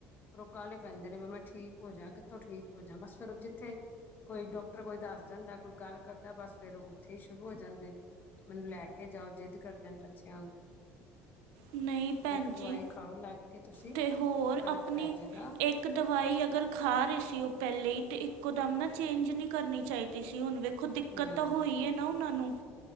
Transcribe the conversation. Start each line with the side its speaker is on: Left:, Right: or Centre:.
Left: ਫਿਰ ਉਹ ਕਾਹਲੇ ਪੈਂਦੇ ਨੇ ਵੀ ਮੈਂ ਠੀਕ ਹੋ ਜਾ ਕਿੱਥੋਂ ਠੀਕ ਹੋ ਜਾ ਬਸ ਫਿਰ ਜਿੱਥੇ ਕੋਈ ਡਾਕ ਟਰ ਕੋਈ ਦੱਸ ਜਾਂਦਾ ਕੋਈ ਗੱਲ ਕਰਦਾ ਬਸ ਫੇਰ ਉਹ ਉੱਥੇ ਹੀ ਸ਼ੁਰੂ ਹੋ ਜਾਂਦੇ ਨੇ। ਮੈਨੂੰ ਲੈ ਕੇ ਜਾਓ ਜਿੱਦ ਕਰਦੇ ਨੇ ਬੱਚਿਆਂ ਵਗ
Right: ਨਈ ਭੈਣ
Left: ਦਵਾਈ
Right: ਜੀ
Left: ਖਾਓ ਲੱਗ ਕੇ ਤੁਸੀਂ
Right: ਤੇ ਹੋਰ
Left: ਫ਼ਰਕ
Right: ਆਪਣੀ
Left: ਪੈ ਜਾਏਗਾ
Right: ਇੱਕ ਕ ਦਵਾਈ ਅਗਰ ਖਾ ਰਹੇ ਸੀ ਉਹ ਪਹਿਲੇ ਹੀ ਤੇ ਇੱਕੋ ਦਮ ਨਾ ਚੇਂਜ ਨੀ ਕਰਨੀ ਚਾਹੀਦੀ ਸੀ ਹੁਣ ਵੇਖ ਕੁਜ ਦਿੱਕਤ
Left: ਹੂੰ
Right: ਤਾਂ ਹੋਈ ਹੈ ਨਾ ਉਹਨਾਂ ਨੂੰ।